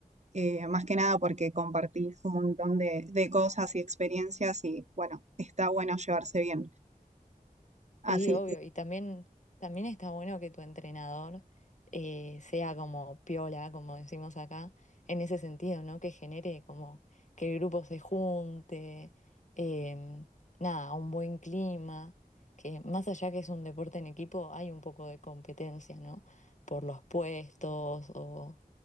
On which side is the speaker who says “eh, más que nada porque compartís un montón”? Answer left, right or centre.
Right